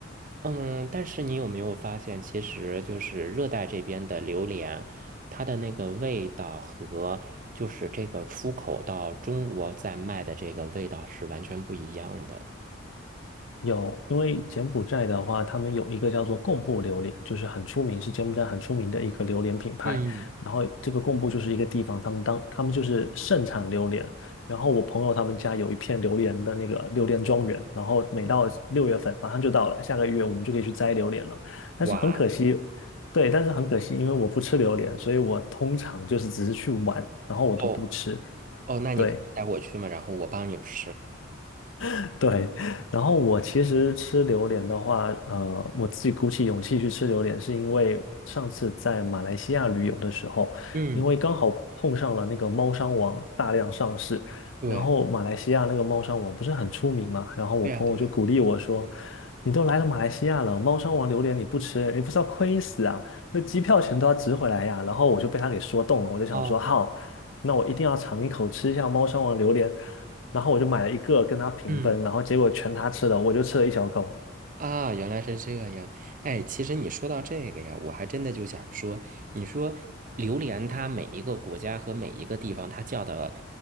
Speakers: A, on the right; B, on the left.
A: 嗯，但是你有没有发现，其实就是热带这边的榴莲，它的那个味道和就是这个出口到中国在卖的这个味道是完全不一样的。
B: 有，因为柬埔寨的话，他们有一个叫做贡布榴莲，就是很出名，是柬埔寨很出名的一个榴莲品牌。
A: 嗯，
B: 然后这个贡布就是一个地方，他们当他们就是盛产榴莲。然后我朋友他们家有一片榴莲的那个榴莲庄园，然后每到六月份马上就到了，
A: 哦
B: 下个月我们就可以去摘榴莲了。但是很可惜，
A: 哇，
B: 对，但是很可惜，因为我不吃榴莲，所以我通常就是只是去玩，然后我都不吃。
A: 哦哦，那你可以带我去吗？
B: 对，
A: 然后我帮你吃。
B: <laughs> 对，然后我其实吃榴莲的话，呃，我自己鼓起勇气去吃榴莲，是因为上次在马来西亚旅游的时候，
A: 嗯，
B: 因为刚好碰上了那个猫山王大量上市，
A: 对，
B: 然后马来西亚那个猫山王不是很出名嘛，然后我朋友就鼓励我说：
A: 对呀，对呀。
B: “你都来了马来西亚了，猫山王榴莲你不吃，你不是要亏死啊？那机票钱都要值回来呀。”然后我就被他给说动了，我就想说好，
A: 哦，
B: 那我一定要尝一口吃一下猫山王榴莲。然后我就买了一个跟他平分，
A: 嗯。
B: 然后结果全他吃了，我就吃了一小口，
A: 啊，原来是这样。哎，其实你说到这个呀，我还真的就想说，你说榴莲它每一个国家和每一个地方，它叫的，